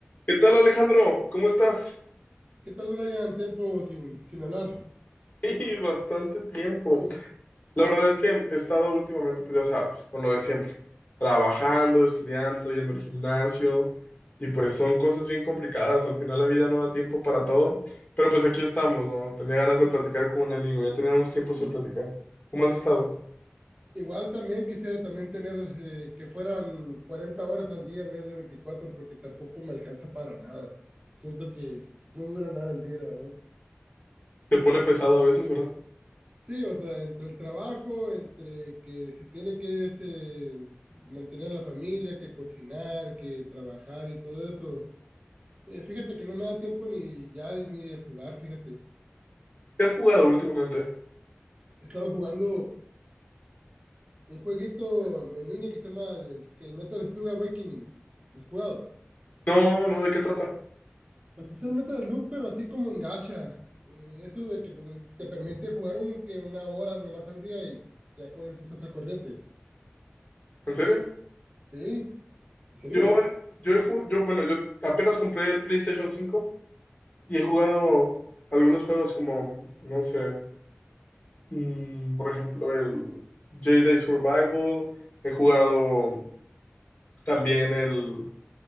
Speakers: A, on the left; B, on the right.
A: ¿Qué tal, Alejandro? ¿Cómo estás?
B: ¿Qué tal, Brian? Tiempo sin, sin hablar.
A: <laughs> Y bastante tiempo.
B: Sí,
A: La verdad es que he estado últimamente, pues ya sabes, con lo de siempre, trabajando, estudiando, yendo al gimnasio, y pues son cosas bien complicadas. Al final la vida no da tiempo para todo, pero pues aquí estamos, ¿no? Tenía ganas de platicar con un amigo, ya teníamos tiempo sin platicar. ¿Cómo has estado?
B: sí. Igual también quisiera también tener eh, que fueran 40 horas al día en vez de 24 porque tampoco me alcanza para nada. Siento que no dura nada el día, la verdad.
A: Te pone pesado a veces, ¿verdad?
B: Sí, o sea, entre el trabajo, entre que se tiene que ese, mantener a la familia, que cocinar, que trabajar y todo eso. Eh, fíjate que no me da tiempo ni ya de- ni de jugar, fíjate.
A: ¿Qué has jugado últimamente?
B: He estado jugando un jueguito en línea que se llama el, que el Metal Slug Awakening, ¿Lo ¿has jugado.
A: No, no, ¿de qué trata?
B: Pues es el Metal Slug, pero así como en gacha. Eh, eso de que pues, te permite jugar un, que una hora nomás al día y ya con eso estás al corriente.
A: ¿En serio?
B: Sí, en serio.
A: Yo, yo, he ju- yo, bueno, yo apenas compré el PlayStation 5. Y he jugado algunos juegos como, no sé, mm, por ejemplo, el Jedi Survival. He jugado también el